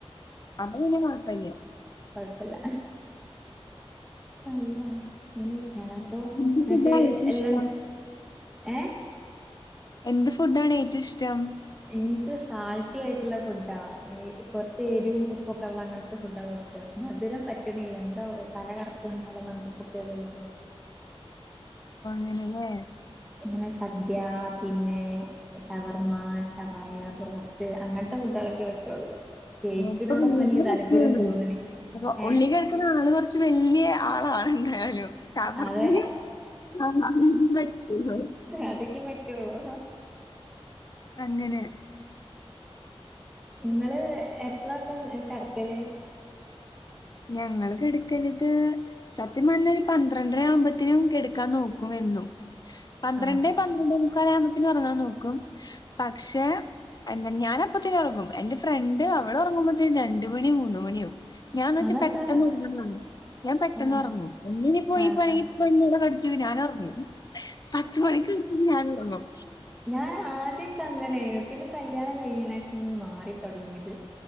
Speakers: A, on the left; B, in the centre.
A: അപ്പൊ പിന്നെ കുഴപ്പല്ല
B: കുഴപ്പല്ല അള്ളാ ഇങ്ങെയൊക്കെയാണ്
A: ഉം.
B: അപ്പൊ
A: എന്ത്
B: എന്നിട്ട്
A: ഫുഡാ ഏറ്റവും
B: എല്ലാം
A: ഇഷ്ടം
B: ഏഹ്
A: എന്ത് ഫുഡാണ് ഏറ്റവും ഇഷ്ടം?
B: എനിക്ക് സാൾട്ടി ആയിട്ടുള്ള ഫുഡാ കുറച്ചു എരിവും ഉപ്പൊക്കെ ഉള്ള അങ്ങനത്തെ ഫുഡാളാ ഇഷ്ടം. മധുരം പറ്റണില്ല എന്തോ തലകറക്കും തല മന്താപ്പൊക്കെ വെളു
A: ആണല്ലേ
B: ഇങ്ങനെ സദ്യ പിന്നെ ഷവർമ്മ ശവായ ബ്രോസ്റ്റ് അങ്ങനത്തെ ഫുഡുകളൊക്കെ പറ്റുള്ളൂ കേക്കിനോടൊന്നും
A: ഇപ്പൊ വീട്ട്
B: വലിയ താല്പര്യം
A: വെക്കാണ്
B: തോന്നണി
A: അപ്പൊ
B: ഏ
A: ഉള്ളി കഴിക്കുന്ന ആള് കുറച്ച് വല്യ ആളാണ് എന്തായാലും ഷവർമ്മീം
B: അതെ
A: <unintelligible> പറ്റുള്ളൂ
B: അതൊക്ക പറ്റുള്ളൂ
A: അങ്ങനെ
B: നിങ്ങള് എപ്പളാ ഇപ്പ കിടക്കല്
A: ഞങ്ങള് കിടക്കലത് സത്യം പറഞ്ഞ ഒരു പന്ത്രണ്ടര ആകുമ്പോത്തിനും കെടക്കാൻ നോക്കും എന്നും പന്ത്രണ്ടേ
B: ആഹ്
A: പ- മുക്കാൽ ആകുമ്പോത്തിന് ഉറങ്ങാൻ നോക്കും പക്ഷെ ഞാൻ അപ്പത്തന്നെ ഉറങ്ങും എന്റെ ഫ്രണ്ട് അവളറങ്ങുമ്പോത്തേന് രണ്ട് മണി മൂന്ന് മണിയാകും ഞാ
B: അതെന്താണ്
A: പെട്ടെന്ന് ഉറങ്ങും ഞാൻ പെട്ടെന്ന്
B: ആഹ്
A: ഉറങ്ങും ഇനി ഇപ്പോ
B: ആഹ്
A: പ്പോ ഞാൻ ഉറങ്ങും പത്ത് മണിക്കടന്നാൽ ഞാന് ഉറങ്ങും
B: ഞാൻ ആദ്യൊക്കെ അങ്ങനൊയിരുന്നു പിന്നെ കല്യാണം കഴിഞെന ശേഷം മാറിത്തുടങ്ങിയത്